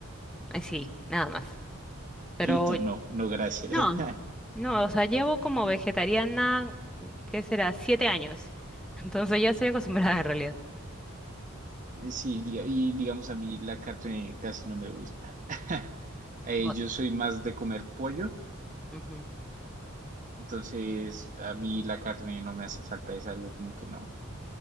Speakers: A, in the centre; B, on the right.
A: Ay, sí, nada más. Pero
B: Y tú no, no gracias.
A: No.
B: <laughs>
A: no, o sea, llevo como vegetariana, ¿qué será? Siete años. Entonces ya estoy acostumbrada en realidad.
B: Eh, Sí, diga- y digamos a mí la carne casi no me gusta. Eh,
A: no.
B: yo soy más de comer pollo,
A: Ujú.
B: entonces a mí la carne no me hace falta, es algo como que no,